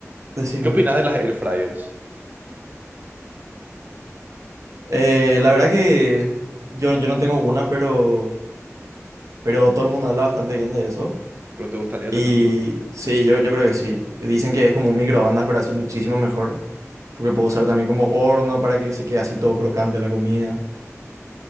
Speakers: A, on the right; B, on the right.
A: decime,
B: ¿Qué opinás de las air fryers?
A: eh, la verdad que yo, yo no tengo una, pero, pero todo el mundo habla bastante bien de eso.
B: ¿Pero te gustaría
A: Y
B: tener una?
A: sí, yo, yo creo que sí. Dicen que es como un microondas, pero así muchísimo mejor. Porque puedo usar también como horno para que se quede así todo crocante la comida.